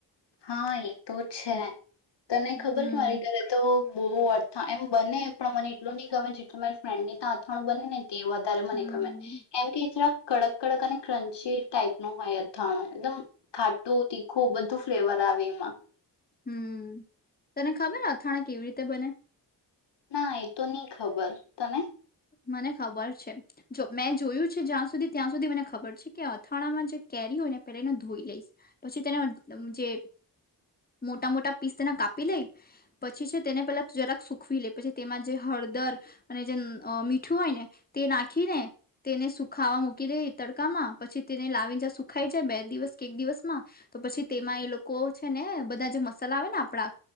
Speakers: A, on the left; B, on the left.
A: હા એ તો છે. તને ખબર
B: હમ
A: છે મારી ઘરે તો બહુ અર્થા એમ બને પણ મને એટલું ની ગમે જેટલુ મારી ફ્રેન્ડ ને તા અથવાણું બનેને તે વધારે મને
B: હમ
A: ગમે, કેમ કે જરાક કડક કડક અને ક્રંચી ટાઈપ નું હોય અથાણું એકદમ ખાટું, તી ખુ બધું ફ્લેવર આવે એમાં.
B: હમ્મ, તને ખબર અથાણા કેવી રીતે બને?
A: ના, એ તો ની ખબર, તને?
B: મને ખબર છે, જો મેં જોયું છે જ્યાં સુધી ત્યાં સુધી મને ખબર છે કે અથાણામાં જે કેરી હોય એને પેલા એને ધોઈ લઈશ, પછી તેને અમ જે મોટા મોટા પીસ તેને કાપી લઈ, પછી છે તેને પેલા જરાક સુખવી લે, પછી તેમાં જે હળદર અને જે અ મીઠું હોય ને તે નાખી ને તેને સુખાવા મૂકી દે તડકામાં, પછી તેને લાવી જે સુખાઈ જાય બે દિવસ કે એક દિવસમાં, તો પછી તેમાં એ લોકો છે ને બધા જે મસાલા આવે ને આપણા